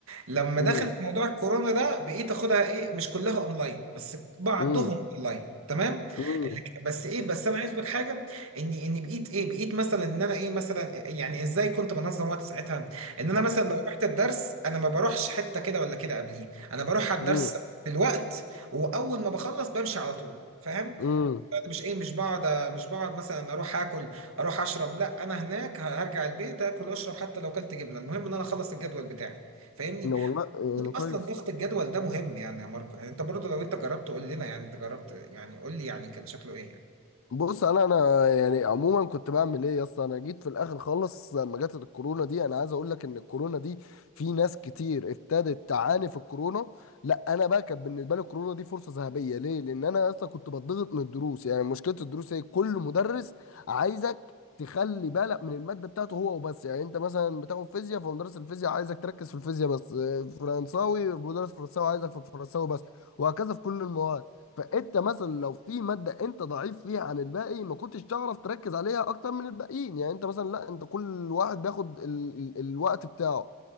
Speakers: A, on the right; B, on the left.
A: لما
B: امم
A: دخلت موضوع الكورونا ده بقيت اخدها ايه مش كلها اونلاين بس بعضهم
B: امم
A: اونلاين تمام
B: امم
A: اللي ك- بس ايه بس انا عايز اقول لك حاجه اني اني بقيت ايه بقيت مثلا ان انا ايه مثلا يعني ازاي كنت بنظم وقت ساعتها ان انا مثلا لو رحت الدرس انا ما بروحش حته كده ولا كده قبليه انا بروح على الدرس
B: امم
A: بالوقت واول ما بخلص بمشي على طول فاهم
B: امم
A: مش ايه مش بقعد مش بقعد مثلا اروح اكل اروح اشرب لا انا هناك هرجع البيت اكل واشرب حتى لو كلت جبنه المهم ان انا اخلص الجدول بتاعي فاهمني
B: والله يعني كويس
A: اصلا ضغط الجدول ده مهم يعني يا ماركو يعني انت برضو لو انت جربت قول لنا يعني انت جربت يعني قول لي يعني كان شكله ايه يعني.
B: بص انا انا يعني عموما كنت بعمل ايه يا اسطى انا جيت في الاخر خالص لما جت الكورونا دي انا عايز اقول لك ان الكورونا دي في ناس كتير ابتدت تعاني في الكورونا لا انا بقى كانت بالنسبه لي الكورونا دي فرصه ذهبيه ليه لان انا يا اسطى كنت بتضغط من الدروس يعني مشكله الدروس هي كل مدرس عايزك تخلي بالك من الماده بتاعته هو وبس يعني انت مثلا بتاخد فيزياء فمدرس الفيزياء عايزك تركز في الفيزياء بس آه، فرنساوي مدرس فرنساوي عايزك في الفرنساوي بس وهكذا في كل المواد فانت مثلا لو في ماده انت ضعيف فيها عن الباقي ما كنتش تعرف تركز عليها اكتر من الباقيين يعني انت مثلا لا انت كل واحد بياخد ال ال الوقت بتاعه